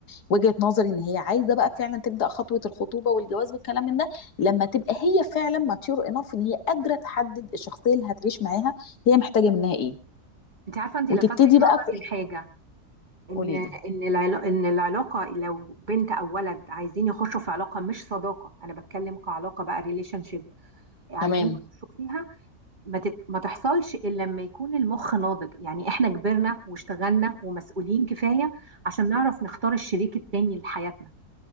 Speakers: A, on the left (about 80°); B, on the right (about 30°).
A: وجهه نظري ان هي عايزه بقى فعلا تبدا خطوه الخطوبه والجواز والكلام من ده لما تبقى هي فعلا ماتيور انف ان هي قادره تحدد الشخصيه اللي هتعيش معاها هي محتاجه منها ايه
B: انت عارفة انت
A: وتبتدي
B: لفتي نظري
A: بقى في...
B: لحاجة ان
A: قولي لي
B: ان العلا... ان العلاقه لو بنت او ولد عايزين يخشوا في علاقه مش صداقه انا بتكلم كعلاقه بقى ريليشن شيب عايزين
A: تمام
B: يخشوا فيها ما, تت... ما تحصلش الا لما يكون المخ ناضج يعني احنا كبرنا واشتغلنا ومسؤولين كفايه عشان نعرف نختار الشريك التاني لحياتنا